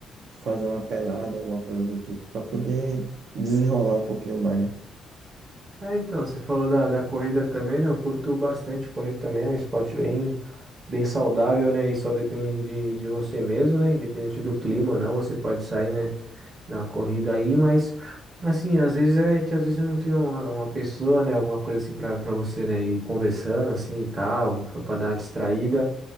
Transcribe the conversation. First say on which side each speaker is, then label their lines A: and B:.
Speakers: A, on the right; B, on the right.
A: fazer uma pelada, alguma coisa do tipo, para poder desenrolar um pouquinho mais, né?
B: É, então, você falou da, da corrida também, né? Eu curto bastante correr também, é um esporte bem, bem saudável, né? E só depende de, de você mesmo, né? Independente do clima ou não, você pode sair, né? Dar uma corrida aí, mas assim, às vezes é que às vezes eu não tem uma, uma pessoa, né? Alguma coisa assim pra, pra você, né? Ir conversando assim e tal, pra dar uma distraída.